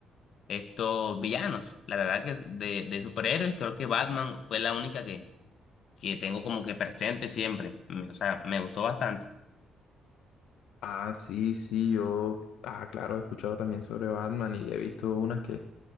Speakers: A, on the left (about 65°); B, on the left (about 80°).
A: estos villanos. La verdad que es de, de superhéroes creo que Batman fue la única que, que tengo como que presente siempre. Me- O sea, me gustó bastante.
B: Ah, sí, sí, yo, ah, claro, he escuchado también sobre Batman y he visto unas que